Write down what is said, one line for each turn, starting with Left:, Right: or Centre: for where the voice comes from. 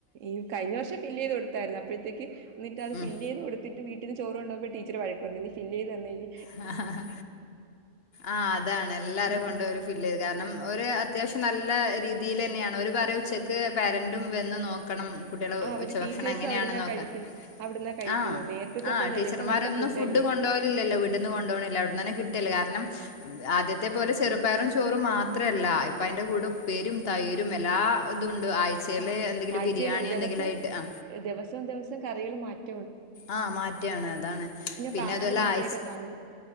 Right: ഈ കഴിഞ്ഞ വർഷം ഫില്ല് ചെയ്ത് കൊടുത്തായിരുന്നു. അപ്പോഴത്തേക്ക് ന്നിട്ട് അത്
Left: ഉം
Right: ഫില്ലീത് കൊടുത്തിട്ട് വീട്ടിൽ ചോറണ്ടോകുമ്പോമോ ടീച്ച ർ വഴക്കുപറഞ്ഞു. നീ ഫില്ലീ ത് തന്നേന്
Left: ഹ ഹ ഹ അ അതാണ് എല്ലാരും
Right: ഉം
Left: കൊണ്ട് ഫില്ല്യ്ത് കാരണം. ഒരു അത്യാവശ്യം നല്ല രീതിയില് തന്നെണ്. ഒരുപറയും ഉച്ചക്ക് പേരന്റും വന്ന് നോക്കണം. കുട്ടി ആളെ
Right: ആഹ് അവര്
Left: ഉച്ച
Right: ടീച്ചേഴ്സും
Left: ഭക്ഷണം എങ്ങനെ
Right: അവിടുന്നാ
Left: ആണ് നോക്കാൻ.
Right: കഴിക്കുന്നെ അവിടുന്നാ കഴിക്കുന്നത്
Left: ആആ
Right: നേരത്തത്തെ പോലെയല്ല
Left: ടീച്ചർമാർ
Right: ഇപ്പൊ നല്ല
Left: ഒന്നും
Right: ഫുഡല്ലേ
Left: ഫുഡ് കൊണ്ടോകലില്ലല്ലോ വീട്ടീന്ന് കൊണ്ടൊണില്ല. അവ്ട്നന്നേ കിട്ട്ല്ലേ. കാരണം ആദ്യത്തെ പോലെ ചെറുപയറും ചോറും മാത്രല്ല. ഇപ്പ അതിന്റെ കൂടെ ഉപ്പേരിം, തൈരും, എ എല്ലാ ഇതുണ്ട് ആഴ്ചയില്
Right: സ
Left: എന്തെങ്കിലും.
Right: ആഴ്ചയില്
Left: ബിരിയാണി
Right: ദിവസം
Left: എന്തെങ്കിലും ആയിട്ട്. ആ
Right: ദിവസവും ദിവസം കറികൾ മാറ്റ്
Left: ആഹ മാറ്റആണ് അതാണ് പിന്നെ
Right: പാലും
Left: അതുഅല്ല
Right: മുട്ടയൊക്കെ
Left: ആയ്ച്
Right: കാണും